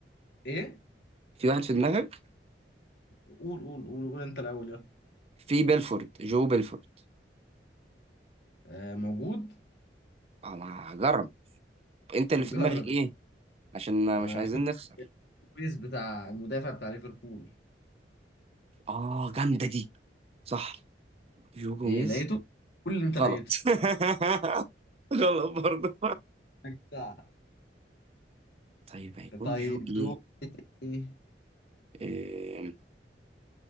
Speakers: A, on the left (about 65°); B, on the right (about 35°).
A: ايه
B: في واحد في دماغك
A: قول قول قول, قول انت الاول يلا
B: في بيلفورد جو بيلفورد
A: آه موجود
B: انا هجرب انت اللي
A: جرب
B: في دماغك ايه؟ عشان
A: انا
B: مش عايزين
A: شفت
B: نخسر
A: البيس بتاع المدافع بتاع ليفربول
B: اه جامدة دي صح جو جوميز
A: ايه لقيته قول اللي انت
B: غلط
A: لقيته
B: <laughs> غلط برضه
A: <laughs> بتاع.
B: طيب هيكون
A: طيب
B: جو ايه
A: جو إيه؟ تاني؟
B: آم،